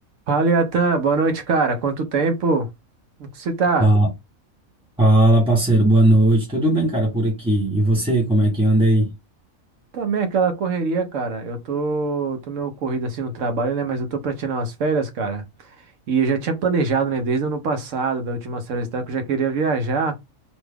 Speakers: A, on the right (about 70°); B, in the centre.
A: Fala, Yatan. Boa noite, cara. Quanto tempo? Como que você tá?
B: Ah, Fala, parceiro, boa noite. Tudo bem, cara, por aqui? E você, como é que anda aí?
A: Também aquela correria, cara. Eu tô, tô meio corrido assim no trabalho, né? Mas eu tô pra tirar umas férias, cara. E eu já tinha planejado, né? Desde o ano passado, da última série que eu já queria viajar.